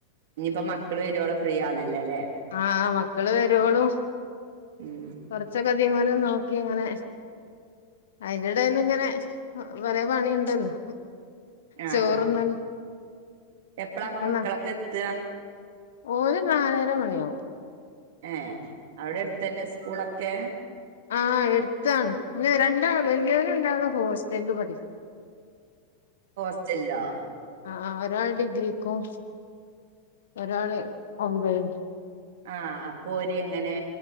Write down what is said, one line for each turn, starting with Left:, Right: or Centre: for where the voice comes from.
Right: ഇനിയിപ്പൊ മക്കള് വരുവോളം ഫ്രീ ആണല്ലെ ല്ലേ
Left: ആഹ് മക്കള് വരുവോളും
Right: ഉം
Left: കൊർച്ചൊക്കെ ഇതിമെലും നോക്കി ഇങ്ങനെ അയ്ന്റെ എടേൽ ഇങ്ങനെ കൊറേ പണിണ്ടല്ലോ
Right: ആഹ്
Left: ചോറുന്ന
Right: എപ്പളാപ്പ
Left: <unintelligible>
Right: മക്കളൊക്കെ എത്തുക
Left: ഓല് നാലര മണിയാവും
Right: ഏഹ് അവിടെ അടുത്ത് തന്നെ സ്കൂളൊക്കെ
Left: ആഹ് എട്ത്താണ് രണ്ടാ വലിയോല് രാണ്ടാളും ഹോസ്റ്റലിൽ പടി <inaudible>
Right: ഹോസ്റ്റൽലോ
Left: ആഹ് ഒരാള് ഡിഗ്രിക്കും ഒരാള് ഒമ്പേലും
Right: ആഹ് അപ്പൊ ഓര് അങ്ങനെ